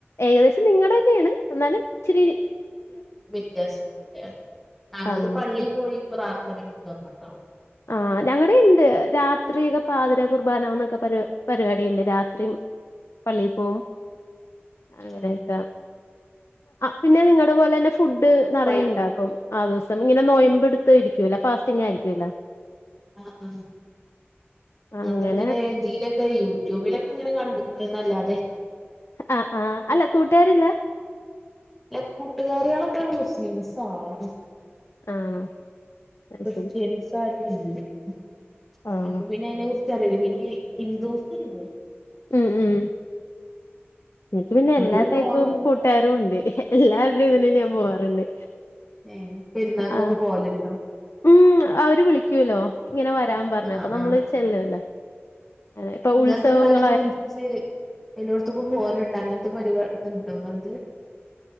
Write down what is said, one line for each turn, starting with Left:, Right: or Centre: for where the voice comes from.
Left: ഏകദേശം നിങ്ങളുടെ തന്നെയാണ് എന്നാലും ശരിരി
Centre: വ്യത്യാസംടെ താങ്കൾത്
Left: ആഹ്
Centre: പള്ളി പോയി ർ തപ്പണ്ടാവ
Left: ആഹ ഞങ്ങളടെ ഉണ്ട് രാത്രിയൊക്കെ പാതിര കുർബാനന്നൊക്കെ പരി പരിപാടി ഉണ്ട് രാത്രി പള്ളിയിൽ പോകവും അങ്ങനെയൊക്കെ
Centre: ഏഹ്
Left: പിന്നെ നിങ്ങളുടെ പോലെ തന്നെ ഫുഡ് നിറയെ
Centre: പൾ
Left: ഉണ്ടാക്കും ആ ദ ഇനെ നോയമ്പ്ടുത്ത ആരിക്കൂല്ല ഫാസ്റ്റിംഗ ആയിരിക്കൂല്ല
Centre: ആ ആ
Left: അങ്ങനെ
Centre: അന്തെങ്ങനെ ഇതിലൊക്കെ യൂട്യൂബിലൊക്കെ അങ്ങനെ കണ്ട് <unintelligible> ന്നല്ലാതെ
Left: ആ ആ അല്ല കൂട്ടുകാരില്ല
Centre: അല്ല കൂട്ടുകാരിയാളോക്കെ മുസ്ലിംസ് ആണ്
Left: ആണോ അത്
Centre: ക്രിസ്ത്യൻസ്
Left: ശരി
Centre: <unintelligible>
Left: ആഹ്
Centre: അപ്പൊ പിന്നെ അയ്നെകുറി ക്കറിയില്ല ഹിന്ദുസുണ്ട്
Left: ഉം ഉം എനിക്ക് പിന്നെ
Centre: ഓല്
Left: എല്ലാ ടൈപ്പും
Centre: ഓണം
Left: കൂട്ടുകാരും ഉണ്ട് എല്ലാ <unintelligible> ഇതിന് ഞാൻ പോവാറുണ്ട്
Centre: ഏഹ് പെരുന്നാക്കൊക്കെ
Left: ആ
Centre: പോവലുണ്ടോ
Left: ഉം അവര് വിളിക്കൂല്ലോ ഇങ്ങനെ വരാൻ പറഞ്ഞു
Centre: ആഹ്
Left: അപ്പൊ നമ്മള്
Centre: ആഹ്
Left: ചെല്ലൂല്ലേ ഇപ്പൊ
Centre: ഇങ്ങൾതെന്താ
Left: ഉത്സവങ്ങ
Centre: അങ്ങനെ വിളിച്ച് എല്ലോട്ത്ക്കും പോകല്ണ്ട് അങ്ങനത്തെ പരിവ ണ്ടോങ്ങൾത്